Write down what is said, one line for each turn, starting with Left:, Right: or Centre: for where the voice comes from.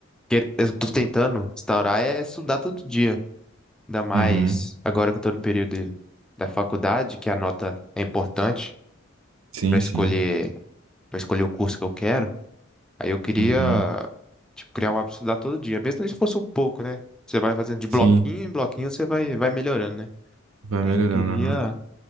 Centre: que eu tô tentando instaurar é estudar todo dia. Ainda mais
Right: Uhum.
Centre: agora que eu tô no período de- da faculdade, que a nota é importante
Right: Sim,
Centre: para escolher,
Right: sim.
Centre: para escolher o curso que eu quero. Aí eu queria,
Right: Uhum.
Centre: tipo, criar um hábito de estudar todo dia, mesmo se fosse um pouco, né? Você vai fazendo de bloquinho
Right: Sim,
Centre: em bloquinho, você vai, vai melhorando, né?
Right: vai
Centre: Aí
Right: melhorando,
Centre: eu queria,
Right: aham.